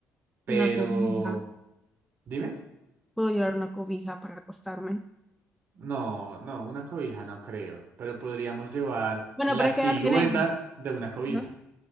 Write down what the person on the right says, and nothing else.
Pero...
Dime.
No, no, una cobija no creo, pero podríamos llevar
la
silueta
de una cobija.